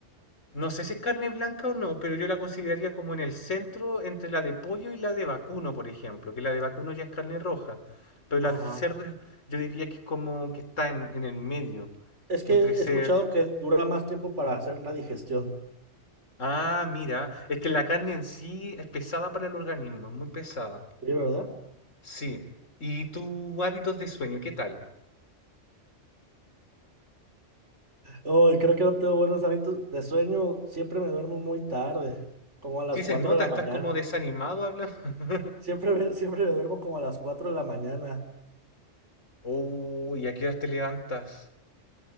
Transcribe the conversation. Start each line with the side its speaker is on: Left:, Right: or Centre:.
Left: No sé si es carne blanca o no, pero yo la consideraría como en el centro entre la de pollo y la de vacuno, por ejemplo, que la de vacuno ya es carne roja, pero la
Right: Ajá.
Left: de cerdo es- yo diría que es como que está en, en el medio,
Right: Es que
Left: entre
Right: he
Left: ser...
Right: escuchado que dura más tiempo para hacer la digestión.
Left: Ah, mira, es que la carne en sí es pesada para el organismo, es muy pesada.
Right: Sí, ¿verdad?
Left: Sí, ¿y tus hábitos de sueño, qué tal?
Right: Ay, creo que no tengo buenos hábitos de sueño. Siempre me duermo muy tarde, como a las
Left: Sí,
Right: 4
Left: se nota,
Right: de la
Left: estás
Right: mañana.
Left: como desanimado hablando. <laughs>
Right: Siempre me, siempre me duermo como a las cuatro de la mañana.
Left: Oh, ¿y a qué horas te levantas?